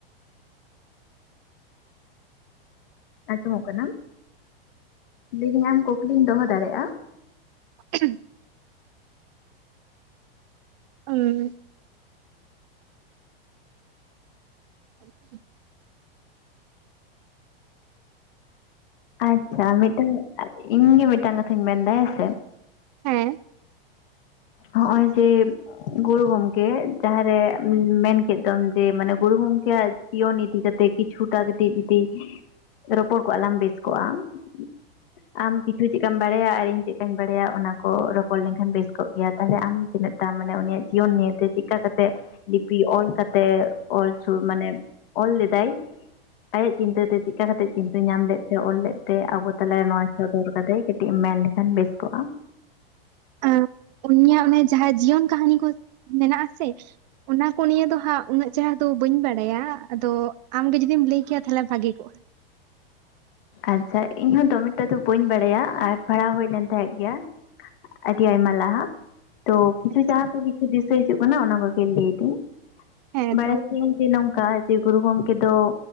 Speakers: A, on the left; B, on the right.
A: ᱟᱸᱡᱚᱢᱚᱜ ᱠᱟᱱᱟᱢ ᱞᱟᱹᱭᱫᱤᱧ ᱟᱢ ᱠᱩᱠᱞᱤᱢ ᱫᱚᱦᱚ ᱫᱟᱲᱮᱜᱼᱟ᱾
B: <inaudible> ᱩᱸᱜ᱾ <inaudible>
A: ᱟᱪᱪᱷᱟ ᱟᱨ ᱢᱤᱫᱴᱟᱝ ᱤᱧ ᱜᱮ ᱢᱤᱫᱴᱟᱝ ᱠᱟᱛᱷᱟᱧ ᱢᱮᱱᱫᱟ ᱦᱮᱸᱥᱮ᱾
B: ᱦᱮᱸ
A: ᱦᱚᱸᱜ-ᱚᱭ ᱡᱮ ᱜᱩᱨᱩ ᱜᱚᱝᱠᱮ ᱡᱟᱦᱟᱸᱨᱮ ᱢᱮᱱ ᱠᱮᱫ ᱫᱚᱢ ᱡᱮ ᱢᱟᱱᱮ ᱜᱩᱨᱩ ᱜᱚᱝᱠᱮᱭᱟᱜ ᱡᱤᱣᱟᱱ ᱤᱫᱤ ᱠᱟᱛᱮ, ᱠᱤᱪᱷᱩᱴᱟ ᱠᱟᱴᱤᱡ ᱡᱩᱫᱤ ᱨᱚᱯᱚᱲ ᱠᱚᱜ-ᱟ ᱞᱟᱝ ᱵᱮᱥ ᱠᱚᱜ-ᱟᱢ ᱠᱤᱪᱷᱩ ᱪᱮᱫᱠᱟᱢ ᱵᱟᱲᱟᱭᱟ ᱟᱨ ᱤᱧ ᱪᱮᱫᱠᱟᱧ ᱵᱟᱲᱟᱭᱟ ᱚᱱᱟ ᱠᱚ ᱨᱚᱯᱚᱲ ᱞᱮᱱᱠᱷᱟᱱ ᱵᱮᱥ ᱠᱚᱜ ᱜᱮᱭᱟ ᱛᱟᱞᱦᱮ ᱟᱢ ᱛᱤᱱᱟᱹᱜᱴᱟ ᱢᱟᱱᱮ ᱩᱱᱤᱭᱟᱜ ᱡᱤᱭᱚᱱ ᱱᱤᱭᱮᱛᱮ ᱪᱮᱫ ᱞᱮᱠᱟ ᱠᱟᱛᱮ ᱛᱮᱜ᱾ ᱞᱤᱯᱤ ᱚᱞ ᱠᱟᱛᱮ, ᱚᱞ ᱥᱩᱨ ᱢᱟᱱᱮ ᱚᱞ ᱞᱮᱫᱟᱭ᱾ ᱟᱭᱟᱜ ᱪᱤᱱᱛᱟᱹ ᱛᱮ ᱪᱮᱫ ᱞᱮᱠᱟ ᱠᱟᱛᱮ ᱪᱤᱱᱛᱟᱹ ᱧᱟᱢ ᱞᱮᱫ ᱛᱮ ᱚᱞ ᱞᱮᱫ ᱛᱮ ᱟᱵᱚ ᱛᱟᱦᱚᱞᱮ ᱱᱚᱣᱟ ᱥᱚᱫᱚᱨ ᱠᱟᱫᱟᱭ ᱠᱟᱹᱴᱤᱡ ᱮᱢ ᱢᱮᱱ ᱞᱮᱠᱷᱟᱱ ᱵᱮᱥ ᱠᱚᱜᱼᱟ᱾
B: ᱮᱸ ᱩᱱᱤᱭᱟᱜ ᱚᱱᱮ ᱡᱟᱦᱟᱸ ᱡᱤᱭᱚᱱ ᱠᱟᱹᱦᱱᱤ ᱠᱚ ᱢᱮᱱᱟᱜ ᱟᱥᱮ ᱚᱱᱟ ᱠᱚ ᱱᱤᱭᱟᱹ ᱫᱚ ᱦᱟᱸᱜ ᱩᱱᱟᱹᱜ ᱪᱮᱦᱨᱟ ᱫᱚ ᱵᱟᱹᱧ ᱵᱟᱲᱟᱭᱟ, ᱟᱫᱚ ᱟᱢ ᱜᱮ ᱡᱩᱫᱤᱢ ᱞᱟᱹᱭ ᱠᱮᱭᱟ ᱛᱟᱦᱚᱞᱮ ᱵᱷᱟᱜᱤ ᱠᱚᱜᱼᱟ᱾
A: ᱟᱪᱪᱷᱟ ᱤᱧᱦᱚ ᱫᱚᱢᱮ ᱴᱟ ᱫᱚ ᱵᱟᱹᱧ ᱵᱟᱲᱟᱭᱟ ᱟᱨ ᱯᱟᱲᱦᱟᱣ ᱦᱳᱭ ᱞᱮᱱ ᱛᱟᱦᱮᱸᱫ ᱜᱮᱭᱟ᱾ ᱟᱹᱰᱤᱫ ᱟᱭᱢᱟ ᱞᱟᱦᱟ᱾ ᱛᱚ ᱠᱤᱪᱷᱩ
B: ᱟᱪᱪᱷᱟ
A: ᱡᱟᱦᱟᱸ ᱠᱚ ᱠᱤᱪᱷᱩ ᱫᱤᱥᱟᱹ ᱦᱤᱡᱩᱜ ᱠᱟᱱᱟ ᱚᱱᱟ ᱠᱚᱜᱮ ᱞᱟᱹᱭᱫᱟᱹᱧ
B: ᱦᱮᱸ
A: ᱵᱟᱲᱟᱭ
B: ᱛᱚ
A: ᱛᱟᱦᱮ ᱤᱧ ᱡᱮ ᱱᱚᱝᱠᱟᱮ ᱡᱮ ᱜᱩᱨᱩ ᱜᱚᱢᱠᱮ ᱫᱚ